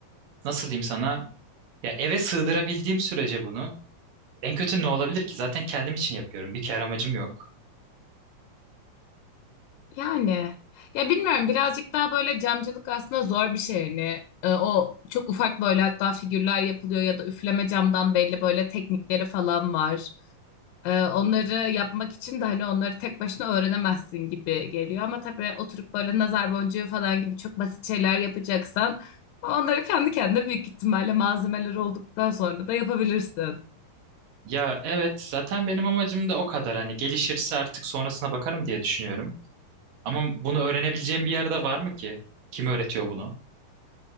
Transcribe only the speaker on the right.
nasıl diyeyim sana? Ya eve sığdırabildiğim sürece bunu en kötü ne olabilir ki? Zaten kendim için yapıyorum. Bir kere amacım yok.
Ya evet zaten benim amacım da o kadar. Hani gelişirse artık sonrasına bakarım diye düşünüyorum. Ama bunu öğrenebileceğim bir yerde var mı ki? Kim öğretiyor bunu?